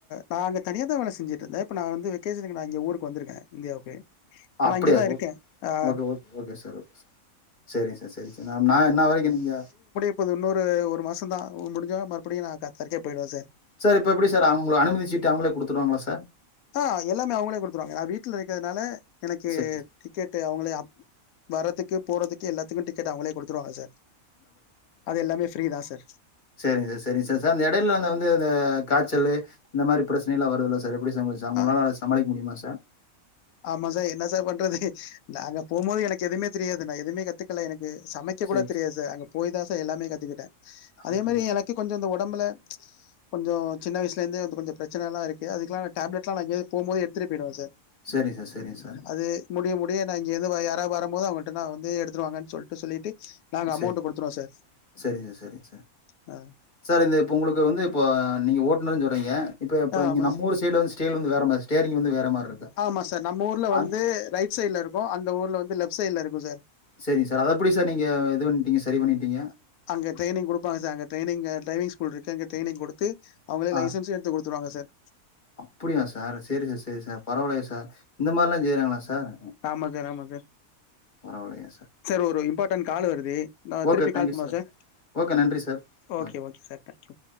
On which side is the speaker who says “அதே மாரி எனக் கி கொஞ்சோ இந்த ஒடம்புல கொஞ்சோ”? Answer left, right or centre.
Left